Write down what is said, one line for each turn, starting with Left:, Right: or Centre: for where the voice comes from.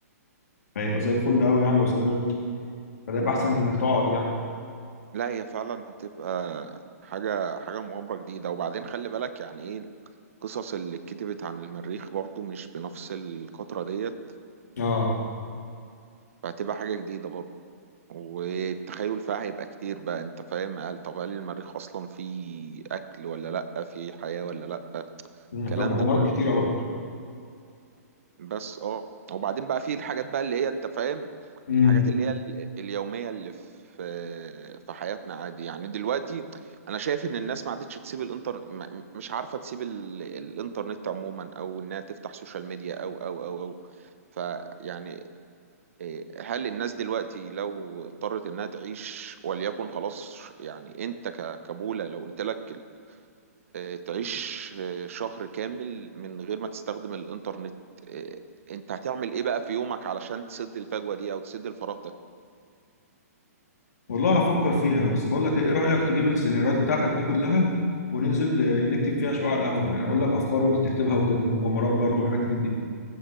Left: فيبقى زي الفل قوي يعني لو سافرت فده يبقى احسن من انك تقعد يعني
Right: لا هي فعلا هتبقى حاجه حاجه مغامره جديده وبعدين خلي بالك يعني ايه القصص اللي اتكتبت عن المريخ برضو مش بنفس القطرة ديت
Left: اه
Right: فهتبقى حاجة جديدة برضه والتخيل فيها هيبقى كتير بقى انت فاهم قال طب هل المريخ اصلا فيه اكل ولا لا فيه حياة ولا لا
Left: أمم،
Right: الكلام
Left: طب مغامرات
Right: ده كله
Left: كتيره برضه
Right: بس اه وبعدين بقى فيه الحاجات بقى اللي هي انت فاهم
Left: امم
Right: الحاجات اللي هي ال- اليومية اللي في في حياتنا عادي يعني دلوقتي انا شايف ان الناس ما عادتش تسيب الانتر م- مش عارفة تسيب ال- الانترنت عموما او انها تفتح سوشيال ميديا او او او او فيعني إيه، هل الناس دلوقتي لو اضطرت انها تعيش وليكن خلاص يعني انت ك- كبولة لو قلت لك إيه، تعيش إيه، شهر كامل من غير ما تستخدم الانترنت إيه، انت هتعمل ايه بقى في يومك علشان تسد الفجوة دي او تسد الفراغ ده
Left: والله هفكر فيها بس بقول لك ايه إيه رايك تجيب السيناريوهات بتاعتك دي كلها وننزل آه، نكتب فيها شويه على القهوه يعني اقول لك افكار وانت تكتبها وكده ومغامرات برضه وحاجات من دي